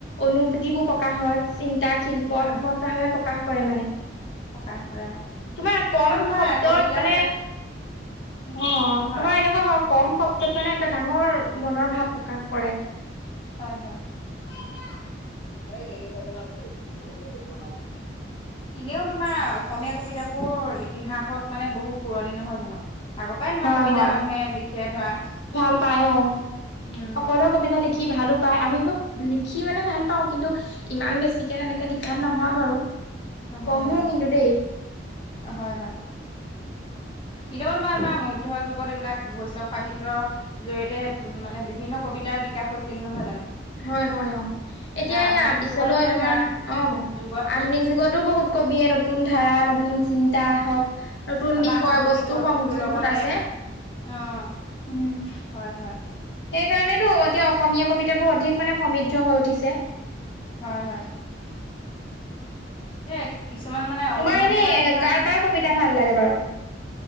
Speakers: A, on the left (about 65°); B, on the left (about 30°).
A: অনুভূতিবোৰ প্ৰকাশ হয় চিন্তা শিল্পত
B: উম
A: ভাৱে প্ৰকাশ কৰে মানে
B: প্ৰকাশ কৰে আৰু
A: তোমাৰ কম
B: আৰু তোমাৰ
A: শব্দত
B: কবিতাত
A: মানে অ'
B: হয়
A: তোমাৰ এনেকুৱা হওঁক। কম শব্দত মানে এটা ডাঙৰ মনৰ ভাৱ প্ৰকাশ কৰে।
B: হয়, হয়।
A: <unintelligible>
B: এনেও তোমাৰ অসমীয়া কবিতাবোৰ ইতিহাসত মানে বহু পুৰণি নহয় জানো? আগৰপৰাই তোমাৰ
A: হয়
B: কবিতা
A: হয়
B: মানুহে লিখে ধৰা।
A: ভাল পাই অ'।
B: উম
A: সকলোৱে কবিতা লিখি ভালো পায়, আমিবো লিখি মানে ভাল পাওঁ কিন্তু ইমান বেছিকে তেনেকে লিখাত নহয় বাৰু।
B: নহয়
A: পঢ়ো
B: অ'।
A: কিন্তু দেই
B: হয় হয়। ইনেও তোমাৰ মা মধ্য যুগত এইবিলাক বৈষ্ণৱ সাহিত্যৰ জৰিয়তে উ, মানে বিভিন্ন কবিতাৰ বিকাশ হৈছিল নহয় জানো?
A: হয় হয় অ'। এতিয়া
B: আধুনিক
A: এয়া পিছলৈ
B: যুগত এতিয়া
A: তোমাৰ
B: ধৰা
A: অ'
B: যুগত
A: আধুনিক যুগতো বহুত কবিয়ে নোত নতুন ধাৰা, নতুন চিন্তা হওক, নতুন
B: বা
A: বিষয় বস্তু
B: বিষয়বস্তুৰ
A: সংযোজন
B: লগতে
A: ঘটাইছে।
B: অ'
A: উম
B: হয় হয়।
A: সেইকাৰণেতো এতিয়া অসমীয়া কবিতাবোৰ অধিক মানে সমৃদ্ধ হৈ উঠিছে।
B: হয় হয়। এ, কিছুমান মানে অসমীয়া
A: তোমাৰ এনে
B: ভাষাৰ কিছুমান
A: কাৰ কাৰ কবিতা ভাল লাগে বাৰু?